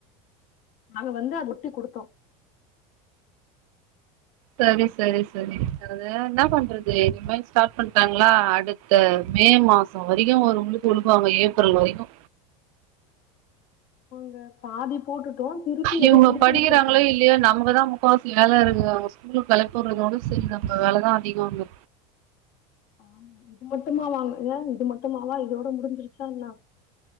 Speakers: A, on the left; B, on the right.
A: நாங்க வந்து அது ஒட்டி குடுத்தோ
B: சரி சரி சரி அத இன்ன பண்றது இனிமே ஸ்டார்ட் பண்ட்டாங்ளா அடுத்த மே மாசோ வரைக்கோ ஒரு உளுக்கு உளுக்குவாங்கோ ஏப்ரல் வரைக்கோ
A: து பாதி போட்டுட்டோ திருப்பி
B: இவுங்க
A: ஏதோ குடுத்து
B: படிக்கிறாங்ளோ
A: அனுப்ச்சிருக்காங்க
B: இல்லியோ நமக்குதா முக்காவா சி வேல இருக்குங்க அவுங்க ஸ்கூலுக்கு கெளம்பி போறதோட சரி நம்ம வேலதா அதிகோங்க
A: ஆமா இது மட்டுமாவாங்க இது மட்டுமாவா இதோட முடிஞ்சிருச்சா என்னா?